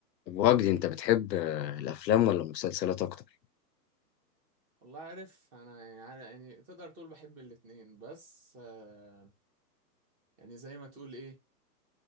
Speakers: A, on the left; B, on the right.
A: وجدي انت بتحب آه، الافلام ولا المسلسلات اكتر
B: والله عارف انا يعني عارف- يعني تقدر تقول بحب الاتنين بس آه، يعني زي ما تقول ايه